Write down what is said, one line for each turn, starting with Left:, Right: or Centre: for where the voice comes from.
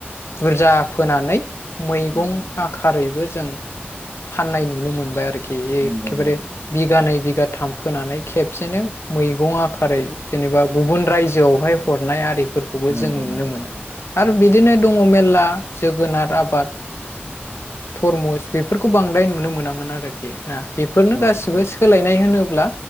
Left: बुरजा फोनानै। मैगं
Right: नंगौ नोंथां
Left: आखारैबो जों। फाननाय नुनो मोनबाय आरो खि एखेबारे
Right: नंगौ नंगौ
Left: बिघानै बिघा थाम फोनानै खेबसेनो मैगं आखारै जेनेबा गुबुन रायजोआवहाय हरनाय आरि। फोरखौबो
Right: नंगौ
Left: जों नुनो
Right: नंगौ नोंथां
Left: मोनो आरो
Right: नंगौ
Left: बिदिनो
Right: नंगौ
Left: दङ मेरला। जोगोनार आबाद। थरमुस बे फोरखौ बांद्राय नुनो मोनामोन आरो। खेना बेफोरनो
Right: औ
Left: गासिबो
Right: औ
Left: सोलायनाय होनोब्ला